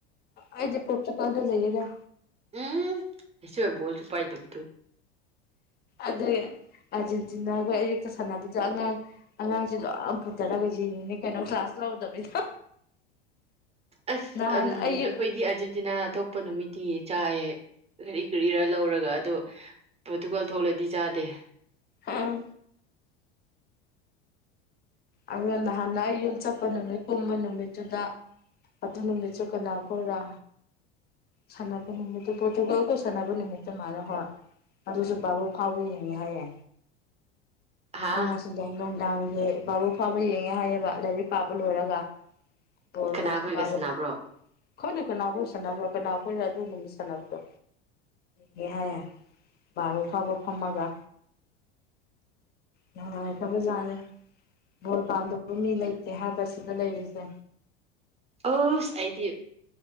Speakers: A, on the left; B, on the right.
A: ꯑꯩꯗꯤ ꯄꯨꯛꯀꯤ ꯄꯥꯜꯗ ꯂꯩꯔꯥꯒ
B: ꯎꯝ ꯃꯦꯁꯤ ꯕꯣꯜꯁꯨ ꯄꯥꯏꯇꯕꯗꯨ
A: ꯑꯥꯗꯨꯏ ꯑꯥꯔꯖꯦꯟꯇꯤꯅꯒ ꯑꯌꯨꯛꯇ ꯁꯥꯟꯅꯕꯗꯨ ꯑꯉꯥꯡ ꯑꯉꯥꯡꯁꯦ ꯂꯣꯏ ꯄꯨꯊꯔꯒ ꯌꯦꯡꯉꯤꯅꯤ ꯀꯩꯅꯣ ꯀ꯭ꯂꯥꯁ ꯂꯧꯗꯕꯤꯗ
B: ꯑꯁ
A: ꯅꯍꯥꯟ
B: ꯑꯝ
A: ꯑꯩ
B: ꯑꯩꯈꯣꯏꯗꯤ ꯑꯥꯔꯖꯦꯟꯇꯤꯅꯥ ꯊꯣꯛ ꯄ ꯅꯨꯃꯤꯠꯇꯤ ꯆꯥꯏꯌꯦ ꯀꯔꯤ ꯀꯔꯤꯔ ꯂꯧꯔꯒ ꯑꯗꯣ ꯄꯣꯔꯇꯨꯒꯜ ꯊꯣꯛꯂꯗꯤ ꯆꯥꯗꯦ
A: ꯑꯥ ꯑꯗꯨꯒꯥ ꯅꯍꯥꯟꯗ ꯑꯩ ꯌꯨꯝ ꯆꯠꯄ ꯅꯨꯃꯤꯠ ꯀꯨꯝꯕ ꯅꯨꯃꯤꯠꯇꯨꯗ ꯑꯗꯨ ꯅꯨꯃꯤꯠꯁꯨ ꯀꯅꯥ ꯈꯣꯏꯔꯥ ꯁꯥꯟꯅꯕ ꯅꯨꯃꯤꯇꯣ ꯄꯣꯔꯇꯨꯒꯜ ꯀ ꯁꯥꯟꯅꯕ ꯅꯨꯃꯤꯇꯣ ꯃꯥꯜꯂꯦ ꯍꯣꯏ ꯑꯗꯨꯁꯨ ꯕꯥꯕꯣꯛ ꯐꯥꯎꯕ ꯌꯦꯡꯉꯦ ꯍꯥꯏꯌꯦ
B: ꯍꯥ
A: ꯑꯥ ꯑꯗꯨꯗꯣ ꯅꯨꯡꯗꯥꯡꯒꯤ ꯕꯥꯔꯣ ꯐꯥꯎꯕ ꯌꯦꯡꯉꯦ ꯍꯥꯏꯌꯦꯕ ꯂꯥꯏꯔꯤꯛ ꯄꯥꯕ ꯂꯣꯏꯔꯒ ꯕꯣꯜꯒꯥ
B: ꯀꯅꯥꯈꯣꯏꯒ
A: ꯕꯥꯔꯣ
B: ꯁꯥꯟꯅꯕ꯭ꯔꯣ
A: ꯈꯪꯗꯦ ꯀꯅꯥꯒꯨꯝꯕꯥ ꯁꯥꯟꯅꯕ ꯀꯅꯥꯒꯨꯝ ꯑꯗꯨ ꯅꯨꯃꯤꯠ ꯁꯥꯟꯅꯕꯗꯣ ꯍꯦ ꯍꯥꯏꯌꯦ ꯕꯥꯔꯣ ꯐꯥꯎꯕ ꯐꯝꯃꯒ ꯅꯨꯡꯉꯥꯏꯈꯔꯥꯕ ꯖꯥꯠꯅꯦ ꯕꯣꯜꯄꯥꯟꯗꯕꯨ ꯃꯤ ꯂꯩꯇꯦ ꯍꯥꯏꯕ ꯁꯤꯗ ꯂꯩꯔꯤꯁꯦ
B: ꯑꯁ ꯑꯩꯗꯤ